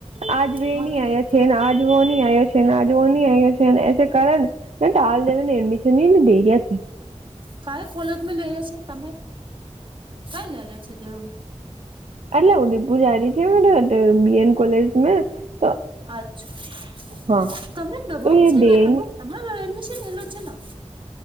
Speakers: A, on the right; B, on the right.
A: આજ બે
B: હાચું
A: ન આ્યા છે ને આજ વો નની આ્યા છે આજવન ગ છે એ કારણ એડમિશનને દેરી છે.
B: ક્યારે કોલેજમાં લઈ રહ્યા છે તમે કઈ લઈ રહ્યા છે દેવ
A: એટલે ઉદેપુર જારી છે બીએન કોલેજ તો
B: અચ્છા
A: હા
B: કમેર નવોક
A: તો એ
B: છે
A: દેન
B: ને તમારે? તમારે એડમિશન એલું છે ને?